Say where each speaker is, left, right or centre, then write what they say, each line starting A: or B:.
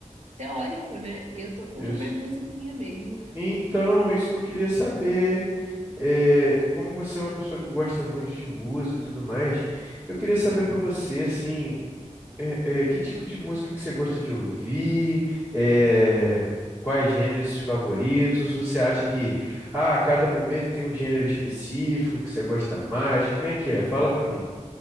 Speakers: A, on the right (about 60°); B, on the right (about 20°).
A: teórico, né, eu tô com
B: isso.
A: uma musiquinha mesmo.
B: Então, isso que eu queria saber, é, como você é uma pessoa que gosta muito de música e tudo mais, eu queria saber para você, assim, É, é, que tipo de música que você gosta de ouvir? É, quais gêneros favoritos? Você acha que ah, a cada momento tem um gênero específico que você gosta mais? Como é que é? Fala pra mim.